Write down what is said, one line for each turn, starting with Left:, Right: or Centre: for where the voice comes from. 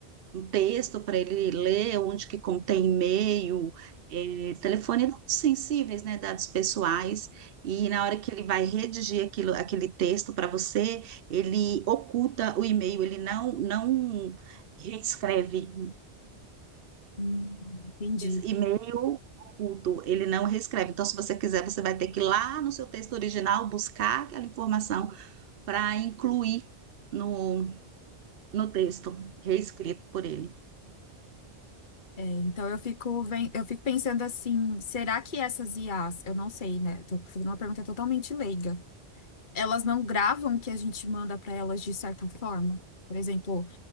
Right: um texto para ele ler, onde que contém e-mail, eh, telefone, dados sensíveis, né, dados pessoais, e na hora que ele vai redigir aquilo, aquele texto para você, ele oculta o e-mail, ele não, não reescreve
Left: Hum. Entendi.
Right: e-mail oculto, ele não reescreve. Então, se você quiser, você vai ter que ir lá no seu texto original buscar aquela informação para incluir no, no texto reescrito por ele.
Left: É, então eu fico, ven- eu fico pensando assim, será que essas I as, eu não sei, né? Tô fazendo uma pergunta totalmente leiga. Elas não gravam o que a gente manda para elas de certa forma? Por exemplo,